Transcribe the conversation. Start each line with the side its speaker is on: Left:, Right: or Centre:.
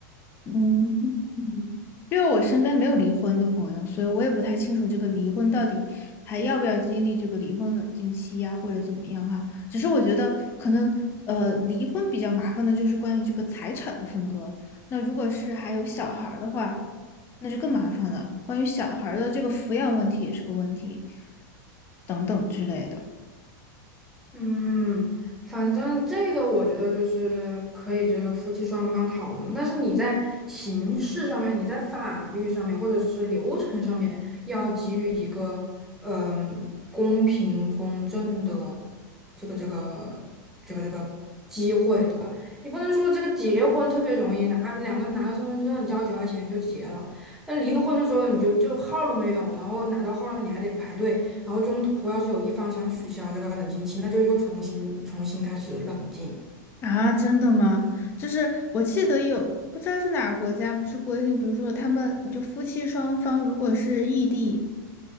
Left: 嗯，嗯因为我身边没有离婚的朋友，所以我也不太清楚这个离婚到底还要不要经历这个离婚冷静期呀、或者怎么样哈。只是我觉得可能呃，离婚比较麻烦的就是关于这个财产的分割。那如果是还有小孩儿的话，那就更麻烦了。关于小孩儿的这个抚养问题也是个问题，等等之类的。
Centre: 嗯，反正这个我觉得就是可以这个夫妻双方讨论，但是你在形式上面，你在法律上面，或者是流程上面，要给予一个嗯、公平公正的这个这个这个这个机会，对吧？你不能说这个结婚特别容易拿两个人拿个身份证交几块钱就结了，那离婚的时候你就就号儿都没有，然后拿到号儿了你还得排队。然后中途要是有一方想取消这个冷静期，那就又重新重新开始冷静。
Left: 啊，真的吗？就是我记得有，不知道是哪个国家，不是规定，比如说他们就夫妻双方如果是异地，